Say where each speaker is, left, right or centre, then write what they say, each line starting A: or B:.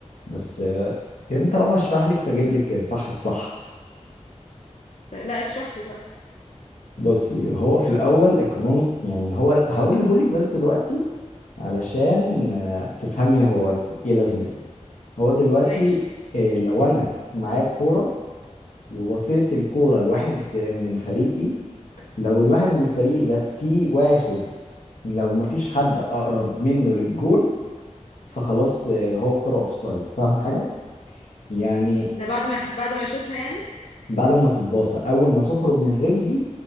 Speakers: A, on the left; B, on the left.
A: بس آه، يعني طالما اشرح لك فاجيب لك صح الصح
B: طيب لا اشرح لي بقى
A: بصي هو في الاول القانون يعني هو هقوله لك بس دلوقتي علشان آه، تفهمي هو ك- ايه لازمته هو دلوقتي
B: ماشي
A: آه، لو انا معايا الكوره وبصيت الكوره لواحد آه، من فريقي لو الواحد من فريقي ده في واحد لو ما فيش حد اقرب منه للجون فخلاص آه، هو الكوره اوفسايد فاهم حاجه يعني
B: ده بعد ما بعد ما يشوطها يعني
A: بعد ما تتباصى اول ما تخرج من رجلي